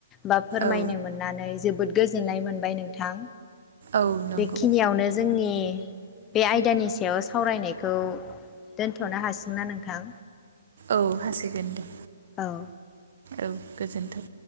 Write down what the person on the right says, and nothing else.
औ
औ नंगौ
औ हासिगोन दे
औ गोजोन्थों